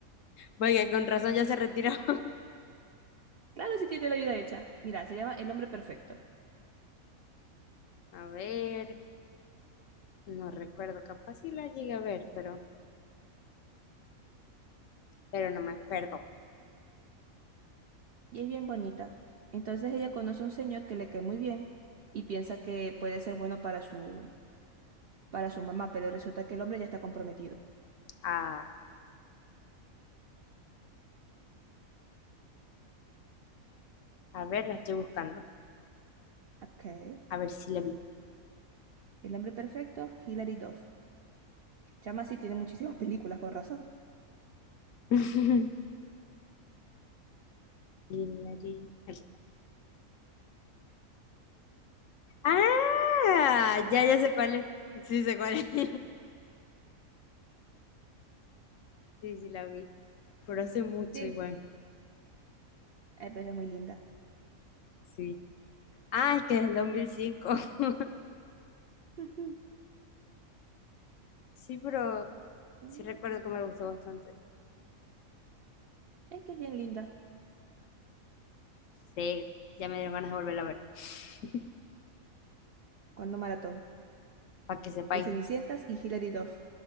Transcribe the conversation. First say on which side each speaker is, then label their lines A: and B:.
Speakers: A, on the left; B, on the right.
A: Porque con razón ya se retiró. <laughs>
B: Claro, si tiene la vida hecha. Mira, se llama El hombre perfecto.
A: A ver. No recuerdo, capaz si la llegué a ver, pero, pero no me acuerdo.
B: Y es bien bonita. Entonces ella conoce a un señor que le cae muy bien y piensa que puede ser bueno para su, para su mamá, pero resulta que el hombre ya está comprometido.
A: A, a ver, la estoy buscando.
B: Ok.
A: A ver si la vi.
B: El hombre perfecto, Hilary Duff. Chama sí tiene muchísimas <laughs> películas, con razón.
A: <laughs> Hillary- aquí está. ¡Ah! Ya, ya sé cuál es. Sí, sé cuál es. <laughs> Sí, sí, la vi. Pero hace mucho
B: Sí,
A: igual.
B: ay, pero es muy linda.
A: Sí. Ah, es que es del cinco <laughs>
B: <laughs>
A: Sí, pero
B: Mm,
A: sí recuerdo que me gustó bastante.
B: Es que es bien linda.
A: Sí, ya me dieron ganas de volverla a ver. <laughs>
B: Cuando maratón.
A: Para que sepáis.
B: De Cenicientas y Hilary Duff.